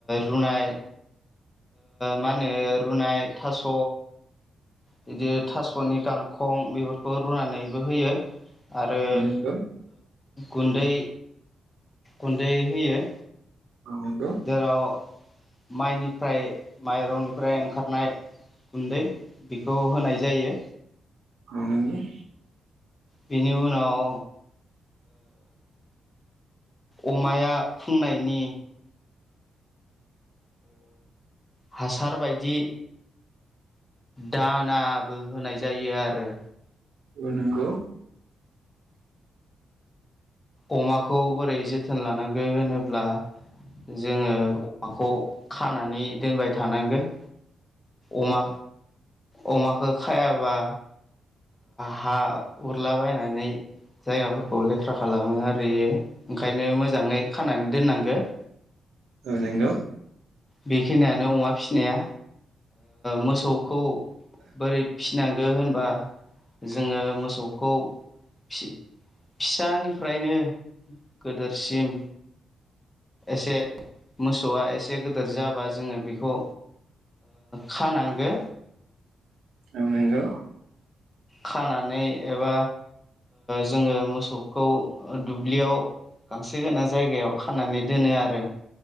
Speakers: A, on the left (about 15°); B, on the right (about 85°).
A: रुनाय मा होनो रुनाय थास' बिदि थासप'नि गांखं बेफोरखौ रुनानैबो होयो। आरो
B: औ नंगौ
A: गुन्दै गुन्दै होयो।
B: औ नंगौ
A: जेराव। माइनिफ्राय माइरंनिफ्राय ओंखारनाय गुन्दै। खौ होनाय जायो।
B: अनोंनि।
A: बेनि उनाव। अमाया फुंनायनि। हासार बायदि। दानाबो होनाय जायो आरो।
B: नंगौ।
A: अमाखौ बोरै जोथोन लानांगोन होनोब्ला। जोङो अमाखौ खानानै दोनबाय थानांगोन। अमा अमाखौ खायाबा हा उरलाबायायनानै जायगाफोरखौ लेथ्रा खालामो ओरयो ओंखायनो मोजाङै खानानै दोननांगो <inaudible>
B: नांगौ
A: बेखिनियानो अमा फिसिनाया मोसौखौ बोरै फि फिनांगौ होनबा जोङो मोसौखौ फि फिसानिफ्रायनो गोदोरसिम एसे मोसौआ एसे गो गिदोर जाबा जोङो बेखौ खानांगौ
B: औ नोंगौ
A: खानानै एबा जोङो मोसौखौ दुब्लियाव गांसो गोनां जायगायाव खानानै दोनो आरो